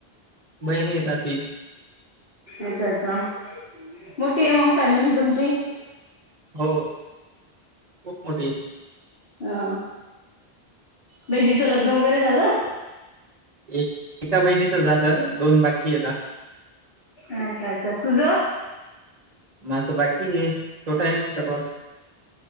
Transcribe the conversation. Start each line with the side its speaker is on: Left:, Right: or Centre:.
Right: बहीण आहेत तीन
Left: अच्छा अच्छा मोठी आहे मग फॅमिली तुमची
Right: हो खूप मोठी
Left: अ बहिणीच लग्न वगैरे झालं.
Right: एक एका बहिणीच झालं दोन बाकी येता.
Left: अच्छा अच्छा तुझ.
Right: माझं बाकी छोटं आहे मी सर्वात